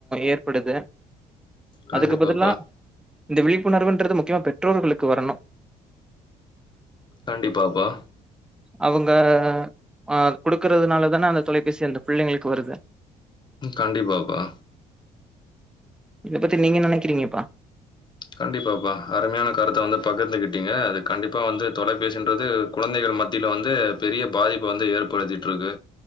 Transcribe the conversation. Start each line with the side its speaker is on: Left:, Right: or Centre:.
Centre: ஏற்படுது
Left: கண்டிப்பாப்பா
Centre: அதுக்கு பதில்லா இந்த விழிப்புணர்வுன்றது முக்கியமா பெற்றோர்களுக்கு வரணு
Left: கண்டிப்பாப்பா
Centre: அவுங்க அ குடுக்கறதுனால தான அந்த தொலைபேசி அந்த பிள்ளைங்ளுக்கு வருது
Left: கண்டிப்பாப்பா
Centre: இத பத்தி நீங்க என்ன நெனைக்கிறீங்கப்பா
Left: கண்டிப்பாப்பா அருமையான கருத்த வந்து பகிர்ந்துகிட்டீங்க அது கண்டிப்பா வந்து தொலைபேசின்றது குழந்தைகள் மத்தியில வந்து பெரிய பாதிப்ப வந்து ஏற்படுத்திட்டு இருக்கு